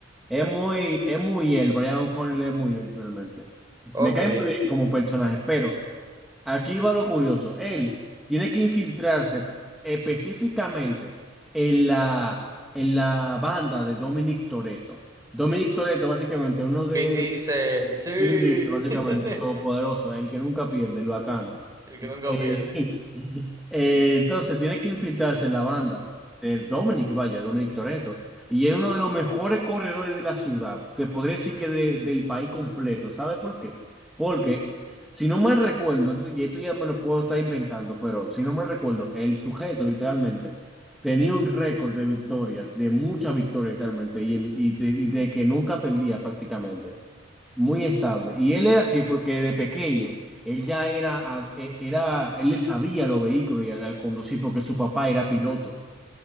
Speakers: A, in the centre; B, on the right.
A: Es muy, es muy él, Brian O'Connell es muy él realmente.
B: Ok.
A: Me cae muy bien como personaje, pero... Aquí va lo curioso. Él tiene que infiltrarse específicamente en la, en la banda de Dominic Toretto. Dominic Toretto, básicamente, uno de
B: Vin Diesel, sí.
A: Vin Diesel, básicamente,
B: <laughs>
A: el todopoderoso, el que nunca pierde, el bacano.
B: El que nunca
A: Eh,
B: pierde.
A: <laughs> eh, entonces tiene que infiltrarse en la banda de Dominic, vaya, Dominic Toretto. Y es uno de los mejores corredores de la ciudad. Te podría decir que de- del país completo. ¿Sabe por qué? Porque, si no mal recuerdo, y esto ya me lo puedo estar inventando, pero si no mal recuerdo, el sujeto literalmente tenía un récord de victorias, de muchas victorias literalmente, y, en- y de, y de que nunca perdía prácticamente muy estable. Y él era así porque de pequeño, él ya era, a- e- era, él le sabía los vehículos y al, al conducir porque su papá era piloto.